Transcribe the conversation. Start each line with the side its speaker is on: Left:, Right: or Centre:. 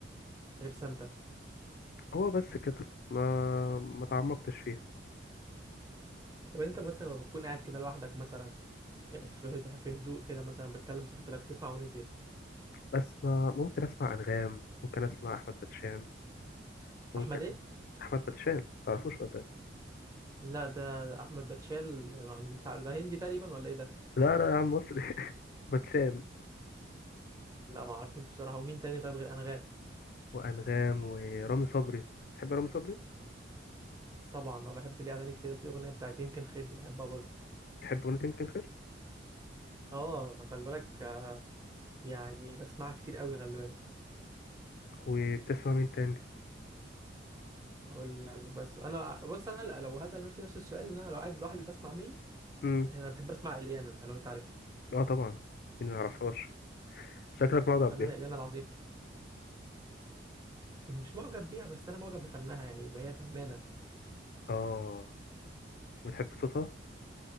Right: غير سانتا
Left: هو بس كده ما ما تعمقتش فيه
Right: طب انت مثلا لما بتكون قاعد كده لوحدك مثلا في هد- في هدوء كده مثلا بتكلم صاحبتك بتسمع اغنية ايه
Left: بس ما ممكن اسمع انغام ممكن اسمع احمد باتشان ممكن
Right: احمد ايه
Left: احمد باتشان تعرفوش ولا إيه؟
Right: لا ده احمد باتشال مش عارف ده هندي تقريبا ولا ايه ده
Left: لا لا يا عم مصري <laughs> باتشان
Right: لا ما اعرفوش بصراحة ومين تاني طيب غير انغام
Left: وانغام ورامي صبري بتحب رامي صبري
Right: طبعا انا بحب ليه اغاني كتير في اغنية بتاعت يمكن خير دي بحبها برضه
Left: بتحب اغنية يمكن خير
Right: اه خلي بالك آه، يعني بسمعها كتير قوي خلي بالك
Left: وبتسمع مين تاني
Right: اقول لك بس انا بص انا لو هسأل نفسي نفس السؤال ان انا لو قاعد لوحدي بسمع مين
Left: امم
Right: آه، بحب اسمع اليانا لو انت عارفها
Left: اه طبعا مين ما يعرفهاش شكلك معجب
Right: الفنانة
Left: بيها
Right: اليانا العظيمة مش معجب بيها بس انا معجب بفنها يعني هي فنانة
Left: اه وتحب صوتها